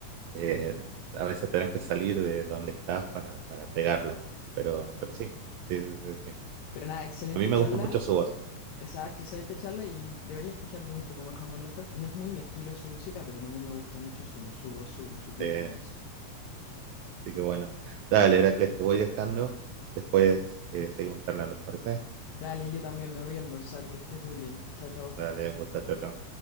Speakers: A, on the right; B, on the left.
A: Eh, a veces tenés que salir de donde estás para, para pegarla. Pero, pero sí, sí, sí, sí, sí.
B: Pero nada, excelente
A: A mí me
B: charla.
A: gusta mucho su voz.
B: Exacto, excelente charla y debería escuchar yo un poco más a Mon Laferte. No es muy mi estilo su música, pero también me gusta mucho su, su voz, su, su timbre
A: Eh,
B: de voz.
A: así que bueno. Dale, Heracles, te voy dejando. Después eh, seguimos charlando, ¿te parece?
B: Dale, yo también me voy a almorzar, que estés muy bien. Chao, chao.
A: Dale, un gusto, chao, chao.